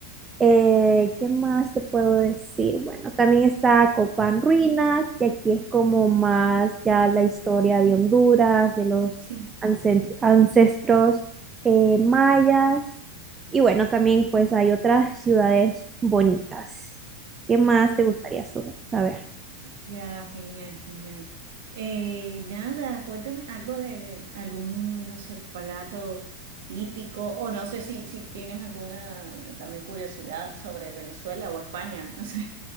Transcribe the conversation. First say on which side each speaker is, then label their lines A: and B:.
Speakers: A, on the right; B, on the right.
A: Eh, ¿qué más te puedo decir? Bueno, también está Copán Ruinas, que aquí es como más ya la historia de Honduras, de los
B: sí.
A: ancest- ancestros eh, mayas. Y bueno, también pues hay otras ciudades bonitas. ¿Qué más te
B: Eh,
A: gustaría so- saber?
B: Ya, genial, genial. Eh, nada, cuéntame algo de, de algún, no sé, plato típico, o no sé si, si tienes alguna también curiosidad sobre Venezuela o España, no sé.